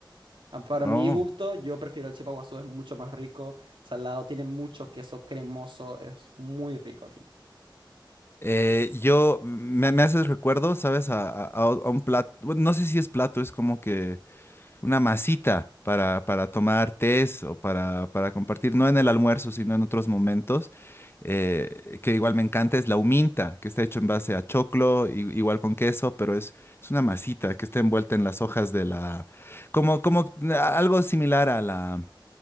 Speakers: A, on the right (about 80°); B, on the left (about 30°).
A: Ah, Para
B: Oh.
A: mi gusto, yo prefiero el chipaguazú, es mucho más rico, salado, tiene mucho queso cremoso, es muy rico aquí.
B: Eh, yo me, me haces recuerdo, ¿sabes? A, a- a un plato, no sé si es plato, es como que una masita para, para tomar tés o para, para compartir, no en el almuerzo, sino en otros momentos, eh, que igual me encanta, es la huminta, que está hecho en base a choclo, i- igual con queso, pero es, es una masita que está envuelta en las hojas de la... Como, como a- algo similar a la...